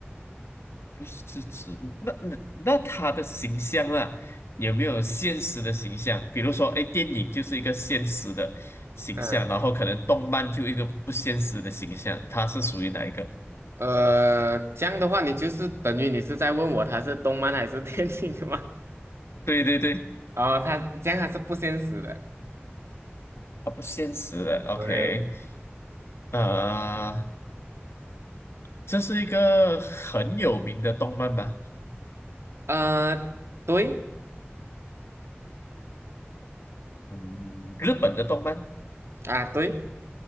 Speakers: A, on the left (about 75°); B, on the right (about 80°).
A: 不是植物，那那那它的形象啦，有没有现实的形象？比如说，哎，电影就是一个现实的形象，
B: 嗯，
A: 然后可能动漫就一个不现实的形象，它是属于哪一个？
B: 呃，这样的话，你就是等于你是在问我它是动漫还是电竞的吗？
A: 对对对，
B: <laughs> 哦，它这样还是不现实的。
A: 啊，不现实的，OK，
B: 对。
A: 呃，这是一个很有名的动漫吗？
B: 呃，对
A: 嗯，日本的动漫，
B: 啊，对，